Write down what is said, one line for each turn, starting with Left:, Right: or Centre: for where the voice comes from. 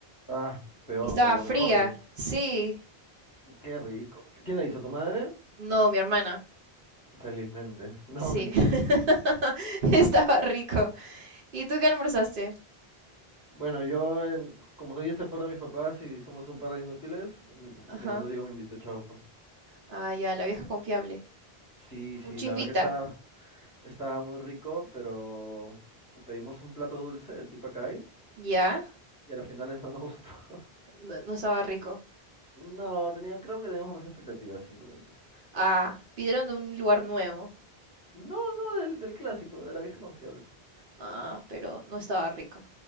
Left: Ah, peor
Right: Y estaba
Left: todavía,
Right: fría.
Left: mejor digo.
Right: Sí.
Left: Qué rico. ¿Quién la hizo? ¿Tu madre?
Right: No, mi hermana.
Left: Felizmente. <laughs> No,
Right: Sí.
Left: mentira.
Right: <laughs> Estaba rico. ¿Y tú qué almorzaste?
Left: Bueno, yo, en- como ya se fueron mis papás y somos un par de inútiles, m-
Right: Ajá.
Left: mi hermano Diego me invitó chaufa.
Right: Ah, ya, la vieja confiable.
Left: Sí, sí,
Right: Un chisvita.
Left: la verdad que estaba, estaba muy rico, pero pedimos un plato dulce, el tipacay,
Right: ¿Ya?
Left: y a las finales no nos gustó. <laughs>
Right: No, no estaba rico.
Left: No, tenía, creo que teníamos más expectativas simplemente.
Right: Ah, pidieron de un lugar nuevo.
Left: No, no, del, del clásico, de la vieja confiable.
Right: Ah, pero no estaba rico.